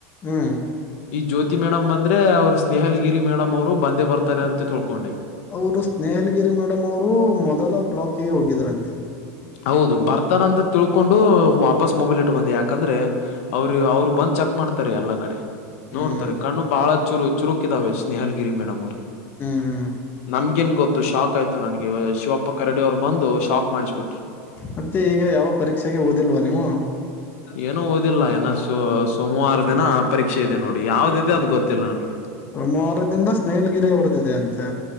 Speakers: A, on the left; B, on the left.
A: ಹ್ಮಞ
B: ಈ ಜ್ಯೋತಿ ಮೇಡಮ್ ಬಂದ್ರೆ ಅವ್ರ ಸ್ನೇಹಲ್ಗಿರಿ ಮೇಡಮ್ ಅವರು ಬಂದೇ ಬರ್ತಾರೆ ಅಂತ ತಿಳ್ಕೊಂಡೆ
A: ಅವರು ಸ್ನೇಹಲ್ಗಿರಿ ಮೇಡಮ್ ಅವರು ಮೊದಲ ಬ್ಲಾಕಿಗೆ ಹೋಗಿದ್ರಂತೆ
B: ಹೌದು ಬರ್ತಾರ ಅಂತ ತಿಳ್ಕೊಂಡು ವಾಪಸ್ ಮೊಬೈಲ್ ಇಟಕೊಂಡೆ ಬಂದು ಯಾಕಂದ್ರೆ ಅವರು ಅವ್ರು ಬಂದ್ ಚೆಕ್ ಮಾಡ್ತಾರೆ ಎಲ್ಲಾ ಕಡೆ ನೋಡ್ತಾರೆ
A: ಹ್ಮ್
B: ಕಣ್ಣು ಬಾಳ ಚುರು ಚುರುಕಿದಾವೆ ಸ್ನೇಹಲ್ಗಿರಿ ಮೇಡಮ್ ಅವ್ರು
A: ಹ್ಮ್ ಹ್ಮ್
B: ನಮ್ಗೇನ್ ಗೊತ್ತು ಶಾಕ್ ಆಯ್ತು ನನಗೆ ಶಿವಪ್ಪ ಕರಡಿ ಅವ್ರು ಬಂದು ಶಾಕ್ ಮಾಡಿಸ್ಬಿಟ್ರು
A: ಮತ್ತೆ ಈಗ ಯಾವ ಪರೀಕ್ಷೆಗೆ ಓದಿಲ್ವಾ ನೀವು
B: ಏನು ಓದಿಲ್ಲ ಏನ ಸ ಸೋಮವಾರ ದಿನ ಪರೀಕ್ಷೆ ಇದೆ ನೋಡಿ ಯಾವ್ದದೆ ಅದು ಗೊತ್ತಿಲ್ಲ ನನ್ಗೆ
A: ಸೋಮವಾರದಿಂದ ಸ್ನೇಹಲ್ಗಿರಿ ಅವರದ್ದಿದೆ ಅಂತೆ